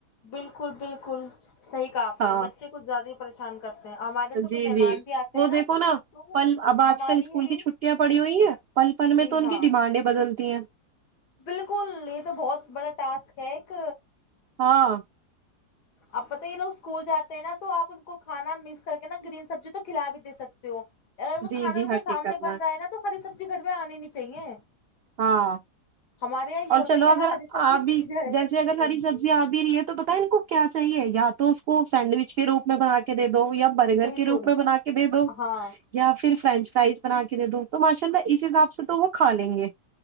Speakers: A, on the left; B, on the right.
A: بالکل بالکل صحیح کہا آپ
B: ہاں
A: نے بچے کچھ زیادہ پریش کرتے ہیں ہمارے سے
B: جی
A: کوئی مہمان
B: جی
A: بھی آتے
B: وہ
A: ہیں نا
B: دیکھو
A: تو
B: پل اب آج
A: ہماری
B: کل اسکول
A: یہ بھی
B: کی چھٹیاں پڑی ہوئی ہیں پل پل میں
A: جی
B: تو ان
A: ہاں
B: کی ڈیمانڈیں بدلتی ہیں
A: بالکل یہ تو بہت بڑا ٹاسک ہے ایک
B: ہاں
A: اب پت یہوگ اسکول جاتے ہیں نا تو آپ ان کو کھانا مکس کر کے نا گرین سبزی تو کھلا بھی دے سکتے ہو اگر
B: جی
A: کھانا
B: جی
A: ان
B: حقیقت
A: کا سامنے
B: میں
A: بن رہا ہے نا تو ہری سبزی گھر میں آنے نہیں چاہیے
B: ہاں
A: ہمارے یہاں یہ
B: اور
A: ہوتا
B: چلو
A: ہے کہ
B: اگر
A: ہری سبزی
B: آ بھی
A: دکھ جائے
B: جیسے
A: گا تو
B: اگر
A: نہیں بنتی
B: ہری سبزی آ بھی ہی رہی ہے تو پت ان کو کیا چاہیے یا تو اس کو سینڈوچ کے روپ میں بنا کے د دو یا برگر
A: بالکل
B: کے روپ میں بنا کے دے دو
A: ہاں
B: یا پھر فرینچ فرائز بنا کے دے دوں تو ماشاء اللہ اس حساب سے تو وہ کھا لیں گے